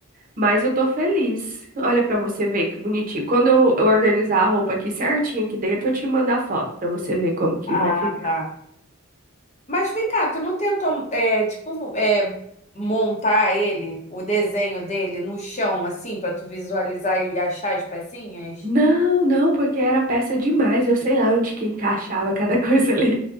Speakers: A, on the right; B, on the left.
A: Mas eu tô feliz. Olha pra você ver que bonitinho. Quando eu, eu organizar a roupa aqui certinho aqui dentro, eu te mando a foto pra você ver como que
B: Ah,
A: vai ficar.
B: tá. Mas vem cá, tu não tentou, é, tipo, é, montar ele, o desenho dele no chão, assim, pra tu visualizar e achar as pecinhas?
A: Não, não, porque era peça demais. Eu sei lá onde que encaixava cada <laughs> coisa ali.